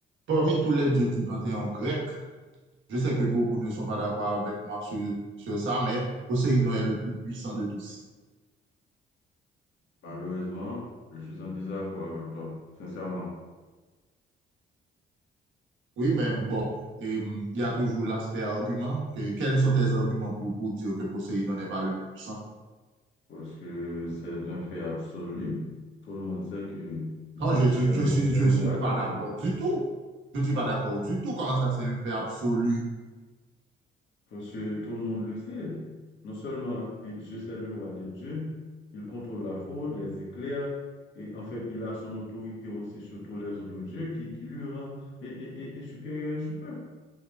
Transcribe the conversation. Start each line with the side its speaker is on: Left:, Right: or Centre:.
Right: Parmi tous les dieux du panthéon grec, je sais que beaucoup ne sont pas d'accord avec moi sur, sur ça, mais Poséidon est le plus puissant de tous.
Left: Malheureusement, je suis en désaccord avec toi, sincèrement,
Right: Oui, mais bon, et, hum, il y a toujours l'aspect argument. Que- quels sont tes arguments pour, pour dire que Poséidon n'est pas le plus puissant?
Left: parce que c'est un fait absolu. Tout le monde sait que Zeus
Right: Non, je ne suis,
Left: est le,
Right: je suis,
Left: est
Right: je
Left: le
Right: suis
Left: roi
Right: pas
Left: des dieux.
Right: d'accord du tout. Je ne suis pas d'accord du tout. Comment ça, c'est un fait absolu?
Left: Parce que tout le monde le sait. Non seulement il- Zeus est le roi des dieux, il contrôle la foudre, les éclairs, et en fait, il a son autorité aussi sur tous les autres dieux qui, qui lui rend et, et, et, et supérieur et supérieur.